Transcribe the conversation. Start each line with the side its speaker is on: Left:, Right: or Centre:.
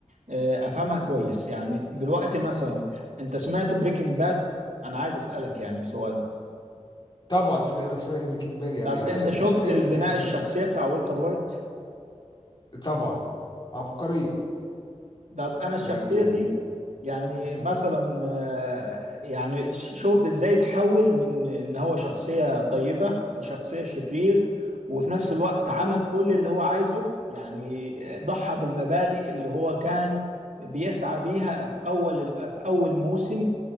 Right: آه افهمها كويس يعني دلوقتي مثلا انت سمعت بريكنج باد انا عايز اسالك يعني سؤال
Left: طبعا سمعت سمعت بريكنج باد يعني
Right: طب
Left: انا
Right: انت
Left: مفيش
Right: شفت
Left: حاجه يمكن
Right: البناء
Left: ما سمعتهاش
Right: الشخصيه بتاع والتر وايت
Left: طبعا عبقريه
Right: طب انا الشخصيه
Left: يعني
Right: دي يعني
Left: مم.
Right: مثلا آه، يعني ش- شوف ازاي تحول من ان هو شخصيه طيبه لشخصيه شرير وفي نفس الوقت عمل كل اللي هو عايزه يعني آه، ضحى بالمبادئ اللي هو كان بيسعى بيها في اول ال- في اول موسم